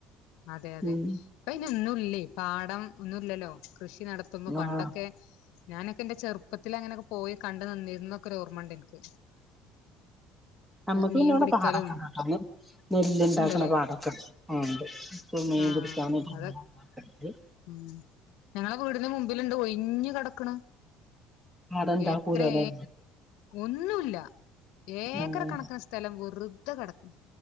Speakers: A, on the left; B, in the centre.
A: അതെ അതെ
B: ഉം
A: ഇപ്പയ്ന് ഒന്നുംല്ലേ പാടം ഒന്നുമല്ലല്ലോ കൃഷി നടത്തുമ്പോ പണ്ടൊക്കെ
B: ആഹ്
A: ഞാനൊക്കെ ന്റെ ചെറുപ്പ അങ്ങനെക്കെ പോയി കണ്ടു നിന്നിര എന്നൊക്കെ ഒരു ഓർമ്മുണ്ട് നിക്ക്
B: നമ്മക്ക്
A: മീൻ
B: പിന്നെ ഇവിടെ
A: പിടിക്കലും
B: പാടൊക്കെ കേട്ട നെല്ല്ണ്ടാക്കണ
A: ഉണ്ടല്ലേ
B: പാടം ആഹ് ഉണ്ട് ഇപ്പൊ മെയൻ
A: ആഹ്
B: പിടിക്കാന <unintelligible>
A: അത ഉം ഞങ്ങളെ വീടിന് മുമ്പിലുണ്ട് ഒഴിഞ് കെടക്കണ്
B: ആടെ ഇണ്ടാക്കൂലല്ലേ
A: എത്രേ ഒന്നുല്ല ഏക്കറ്
B: ആഹ്
A: കണക്കിന് സ്ഥലം വെറുതെ കിടക്കും